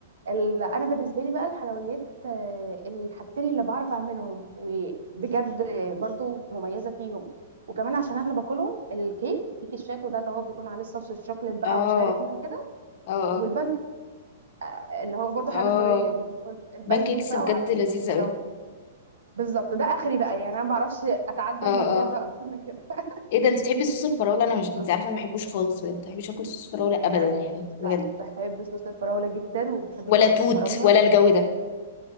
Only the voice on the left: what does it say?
اه
اه
اه
بانكيكس
بجد
لذيذه
قوي
اه
اه
ايه ده انت بتحبي صوص الفراوله انا مش
انت عارفه ما بحبوش خالص بجد، ما بحبش اكل صوص فراوله
ابدا يعني بجد
ولا
توت
ولا الجو ده